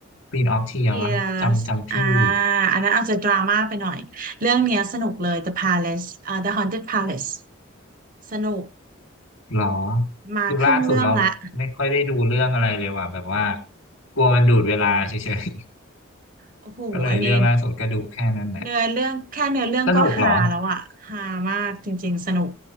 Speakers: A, on the left (about 75°); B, on the right (about 40°).
A: Queen of t e a r
B: Tears
A: วะจำจำชื่อ
B: อ่าอันนั้นอาจจะดราม่าไปหน่อย เรื่องเนี้ยสนุกเลย The Palace อ่า The Haunted Palace สนุก
A: หรอ
B: มาครึ่งเรื่องละ
A: คือล่าสุดเราไม่ค่อยได้ดูเรื่องอะไรเลยว่ะแบบว่ากลัวมันดูดเวลาเฉย
B: โอ้โหอันนี้
A: ๆ <laughs> ก็เลยเรื่องล่าสุดก็ดูแค่นั้นแหละ
B: เนื้อเรื่องแค่เนื้อเรื่องก็ฮาแล้วอะฮามากจริงๆ
A: สนุกเหรอ
B: สนุก